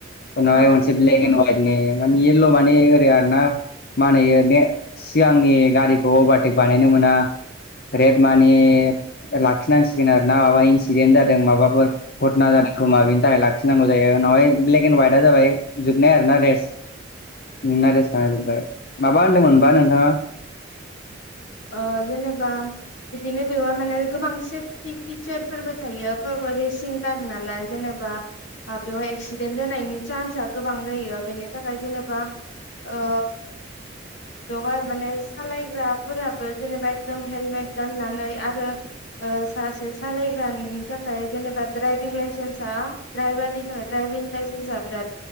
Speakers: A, on the left; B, on the left.
A: उनावहाय
B: औ
A: मोनसे ब्लेक एन्ड हवाइटनि माने येल्ल' माने ओरै आर ना? मा होनो बे सिगांनि गारिखौ अभारटेक बानायनो मोना। रेड मानि लाखिनांसिगोन आरोना माबा इन्सिडेन्ट जादों माबाफोर घटना जादों। खोमा बेिनि थाखाय लाखिनांगौ जायो उनावहाय ब्लेक एन्ड हाइटआ जाबाय जोबनाय आर ना रेस। नोंना रेस थजोब्बाय माबा होनदोंमोनबा नोंथाङा
B: ओ जेनेबा बिदिनो बेवहाय माने गोबां सेफटि फिचारफोरबो थायो रेसिं कार नालाय जेनेबा बेवहाय एक्सिडेन्ट जानायनि चान्सआ गोबां जायो बेनि थाखाय जेनेबा ओ बेवहाय माने सालायग्रा फोराबो जेनेबा एकदम हेलमेट गाननानै आरो ओ सासे सालायग्रानि थाखाय जेनेबा दड्राइभिं लाइसेन्सा ड्राइभारनि थाखाय ड्राइभिं लाइसेन्स बिराद